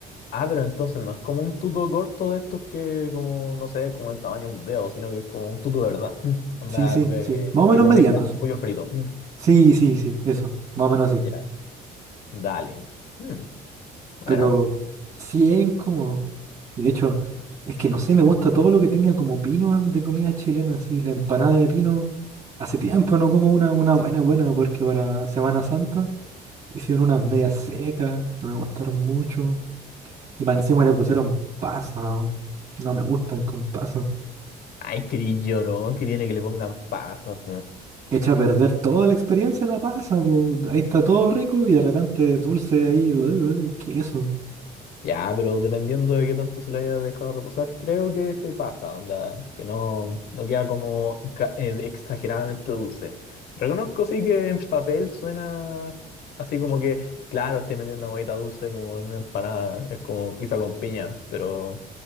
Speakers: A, on the left; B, on the right.
A: Ah, pero entonces no es como un tuto corto de estos que, como, no sé, como el tamaño de un dedo, sino que es como un tuto de verdad. <laughs> Mm. Onda,
B: Sí, sí,
A: que,
B: sí. Más o menos
A: que comeréis
B: mediano,
A: como
B: así.
A: con pollo frito. Mm.
B: Sí, sí, sí, eso. Más o menos así.
A: Ya, dale. Mm, Bueno,
B: Pero 100 como... Y de hecho, es que no sé, me gusta todo lo que tenga como pino de comida chilena, así. La empanada de pino. Hace tiempo no como una, una buena, buena, porque para Semana Santa hicieron unas medias secas, no me gustaron mucho. Y para encima le pusieron pasas. oh. No me gustan con pasas.
A: ay, qué llorón que tiene que le pongan pasas,
B: Echa a perder toda la experiencia la pasa, po. Ahí está todo rico y de repente dulce ahí, uh, uh, ¿qué es eso?
A: Ya, pero dependiendo de qué tanto se le haya dejado reposar, creo que se pasa, onda, que no, no queda como ca- eh, exageradamente dulce. Reconozco sí que en papel suena así como que, claro, estoy metiendo una guaita dulce como en una empanada, es como pizza con piña, pero